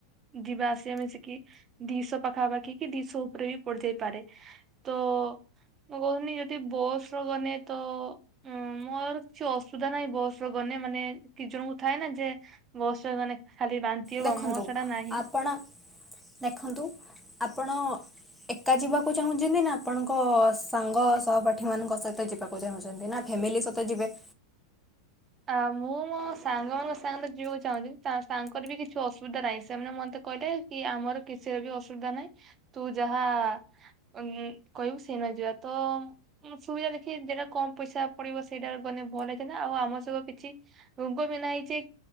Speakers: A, on the right; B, in the centre.
A: ଯିବା ଆସିବା ମିଶିକି ଦିଶହ ପାଖାପାଖି କି ଦିଶହ ଉପରେ ବି ପଡିଯାଇପାରେ ତ ମୁଁ କହୁଥିଲି ଯଦି ବସ ର ଗଲେ ତ ଉଁ ମୋର କିଛି ଅସୁବିଧା ନାହିଁ ବସରେ ଗଲେେ ମାନେ କିଛି ଜଣଙ୍କୁ ଥାଏ ନା ଯେ ବସ ରେ ଗନେ ଖାଲି ବାନ୍ତି ହବ
B: ଦେଖନ୍ତୁ
A: ମୋ ସେଟା ନାହିଁ।
B: ଆପଣ ଦେଖନ୍ତୁ ଆପଣ ଏକା ଯିବାକୁ ଚାହୁଁଛନ୍ତି ନା ଆପଣଙ୍କ ସାଙ୍ଗ ସହପାଠୀ ମାନଙ୍କ ସହିତ ଯିବାକୁ ଛନ୍ତି ନା ଫ୍ୟାମିଲି ସହିତ୍ ଯିବେ।
A: ଆ ମୁଁ ମୋ ସାଙ୍ଗ ମାନଙ୍କ ସାଙ୍ଗରେ ଯିବାକୁ ଚାହୁଁଛି ତାଙ୍କର ବି କିଛି ଅସୁବିଧା ନାହିଁ ସେମାନେ ମତେ କହିଲେ କିଇ ଆମର କିଛିବି ଅସୁବିଧା ନାହିଁ ତୁ ଯାହା ଉ କହିବୁ ସେଇନ ଯିବା ତ ସୁବିଧା ଦେଖି ଯେଟା କମ ପଇସା ପଡିବ ସେଇଟା ମାନେ ଭଲ ବନରିଦେଲେ ଆଉ ଆମ କିିଛି ରୁଙ୍କ ବି ନାହିଯେ